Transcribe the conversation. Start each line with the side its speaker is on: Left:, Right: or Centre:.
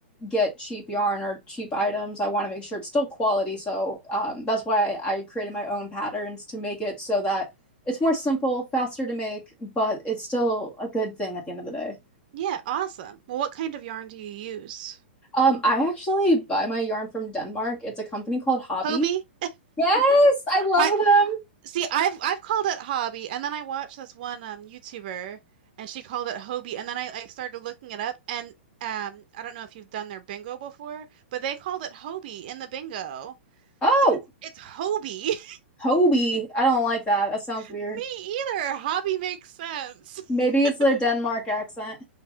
Left: get cheap yarn or cheap items. I want to make sure it's still quality. So um, that's why I, I created my own patterns to make it so that it's more simple, faster to make, but it's still a good thing at the end of the day.
Right: Yeah, awesome. Well, what kind of yarn do you use?
Left: Um, I actually buy my yarn from Denmark. It's a company called Hobby.
Right: Hobie?
Left: Yes, I love
Right: I
Left: them.
Right: see I've I've called it hobby and then I watched this one um YouTuber and she called it Hobie and then I, I started looking it up and um I don't know if you've done their bingo before, but they called it Hobie in the bingo.
Left: Oh,
Right: So it's it's Hobie.
Left: Hobie. I don't like that. That sounds
Right: <laughs>
Left: weird.
Right: Me either. Hobby makes sense.
Left: Maybe it's
Right: <laughs>
Left: their Denmark accent.